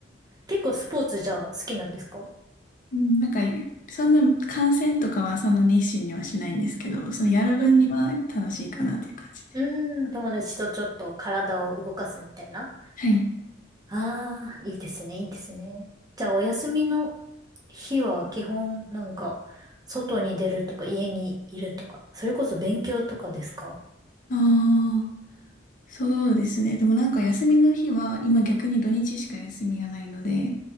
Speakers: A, on the right; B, on the left.
A: 結構スポーツじゃあ好きなんですか
B: うん、なんか、そんな観戦とかはその熱心にはしないんですけど、そのやる分には楽しいかなっていう感じで。
A: うんうんうん。うん。うーん、友達とちょっと体を動かすみたいな。
B: はい。
A: ああ、いいですね、いいですね。じゃあお休みの日は基本なんか、外に出るとか家にいるとか、それこそ勉強とかですか
B: ああ、そうですね。でもなんか休みの日は、今逆に土日しか休みがないので、